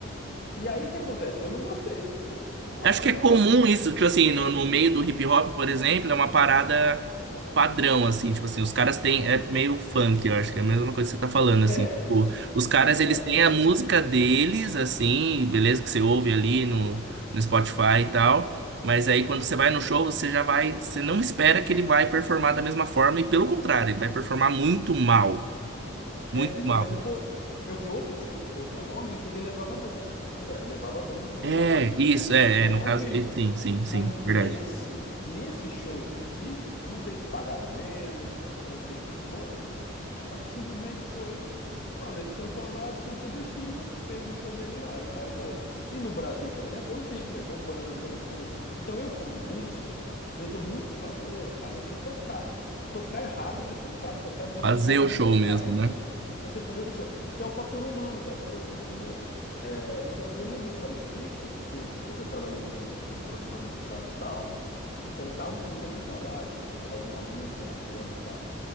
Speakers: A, on the left; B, on the right.
A: E aí o que acontece? Eu não gostei. Eu não
B: Acho
A: acho
B: que
A: legal
B: é comum
A: isso.
B: isso, tipo assim, no, no meio do hip hop, por exemplo, é uma parada padrão, assim, tipo assim, os caras têm, é meio funk, eu acho que é a mesma coisa que você tá falando, assim,
A: É,
B: tipo, os caras,
A: po-
B: eles
A: pode
B: têm a
A: ser.
B: música deles, assim, beleza, que você ouve ali no, no Spotify e tal, mas aí quando você vai no show, você já vai, você não espera que ele vai performar da mesma forma, e pelo contrário, ele vai performar muito mal, muito
A: É, então,
B: mal.
A: mas o Post, eu vi outros shows do Post Malone em que ele levava a banda. Ou melhor, ele levava a banda e ele
B: É,
A: fazia
B: isso, é,
A: o som
B: é, no
A: ao
B: caso,
A: vivo.
B: é, sim, sim,
A: Mas
B: sim,
A: nesse,
B: verdade.
A: nesse show específico, eu não sei se pagaram menos, eu não sei o que que foi, mas simplesmente foi, mano, ele soltou a base, cantou por cima, fez o show dele lá e tal, e boa. E no Brasil, por exemplo, eu vi, levou banda, levou todo mundo. Então eu, como músico, eu dou muito valor a você tocar. Tocar errado, mas tocar. Tocar desafinado,
B: Fazer o
A: mas
B: show
A: tocar,
B: mesmo,
A: entendeu?
B: né?
A: Você fazer o show, que é o fator humano da coisa, entendeu? É, então eu não desqualifico, porque eu já trabalhei com, com produção musical e tal, então dá um puta de um trabalho você fazer uma música bacana e tal.